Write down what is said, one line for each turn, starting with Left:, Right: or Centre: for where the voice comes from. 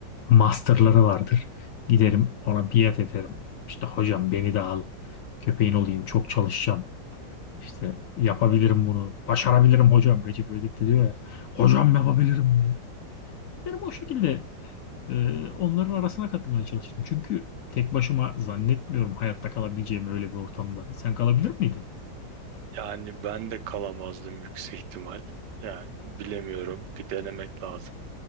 Left: masterları vardır. Giderim ona biat ederim. İşte hocam beni de al köpeğin olayım çok çalışacağım. İşte yapabilirim bunu. Başarabilirim hocam. Recep İvedik de diyor ya. Hocam yapabilirim diye. Giderim o şekilde e, onların arasına katılmaya çalıştım. Çünkü tek başıma zannetmiyorum hayatta kalabileceğimi öyle bir ortamda. Sen kalabilir miydin?
Right: Yani ben de kalamazdım yüksek ihtimal. Yani bilemiyorum. Bir denemek lazım.